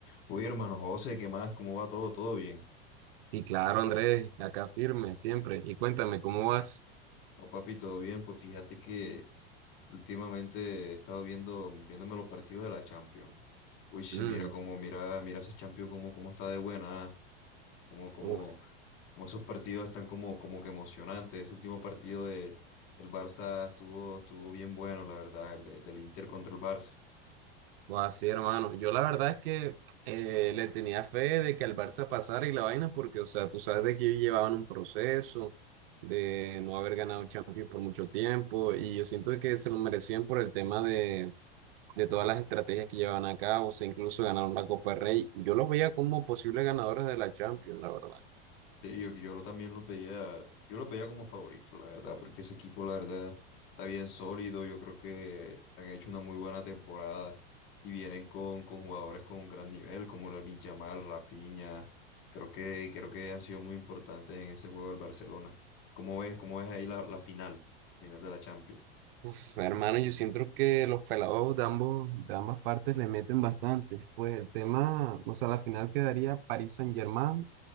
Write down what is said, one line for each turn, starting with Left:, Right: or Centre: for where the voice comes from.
Left: Uy, hermano José, ¿qué más? ¿Cómo va todo? ¿Todo bien?
Right: Sí, claro, Andrés, acá firme siempre. Y cuéntame, ¿cómo vas?
Left: No, papi, todo bien. Pues fíjate que últimamente he estado viendo, viéndome los partidos de la Champions. Uy, sí,
Right: Mm,
Left: mira cómo, mira, mira esa Champions, cómo, cómo está de buena, como, como,
Right: uf,
Left: como esos partidos están como, como que emocionantes. Ese último partido de el Barça estuvo, estuvo bien bueno, la verdad, el de- del Inter contra el Barça.
Right: va así, hermano. Yo la verdad es que eh, le tenía fe de que al Barça pasara y la vaina, porque, o sea, tú sabes de que ellos llevaban un proceso de no haber ganado Champions por mucho tiempo, y yo siento que se lo merecían por el tema de, de todas las estrategias que llevaban a cabo, o sea, incluso ganaron la Copa del Rey. Yo los veía como posibles ganadores de la Champions, la verdad.
Left: Sí, yo, yo lo también los veía, yo los veía como favoritos, la verdad, porque ese equipo, la verdad, está bien sólido. Yo creo que han hecho una muy buena temporada y vienen con, con jugadores con un gran nivel, como Lamine Yamal, Rafinha. Creo que, creo que han sido muy importantes en ese juego del Barcelona. ¿Cómo ves, cómo ves ahí la, la final, final de la Champions?
Right: Uf, hermano, yo siento que los pelados de ambos, de ambas partes le meten bastante. Pues el tema, o sea, la final quedaría París Saint-Germain,